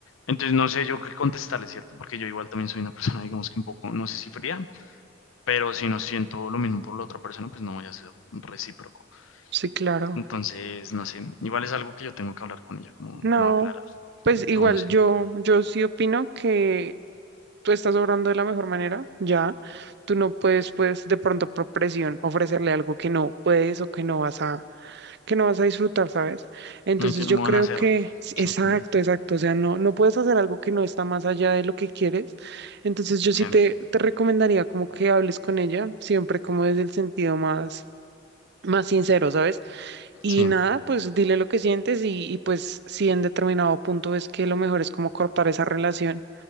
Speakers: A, on the left (about 80°); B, on the right (about 55°).
A: Entonces no sé yo qué contestarle, ¿cierto? Porque yo igual también soy una persona, digamos que un poco, no sé si fría, pero si no siento lo mismo por la otra persona, pues no voy a ser recíproco.
B: Sí, claro.
A: Entonces, no sé, igual es algo que yo tengo que hablar con ella, como,
B: No,
A: como aclarar,
B: pues igual
A: o no sé,
B: yo, yo sí opino que tú estás obrando de la mejor manera, ya. Tú no puedes, pues, de pronto por presión ofrecerle algo que no puedes o que no vas a, que no vas a disfrutar, ¿sabes? Entonces
A: no hay que no
B: yo creo
A: van a hacer,
B: que, sí,
A: sí,
B: exacto,
A: también,
B: exacto. O sea, no, no puedes hacer algo que no está más allá de lo que quieres. Entonces yo
A: sí,
B: sí te, te recomendaría como que hables con ella, siempre como desde el sentido más, más sincero, ¿sabes? Y
A: sí,
B: nada, pues dile lo que sientes y, y pues si en determinado punto ves que lo mejor es como cortar esa relación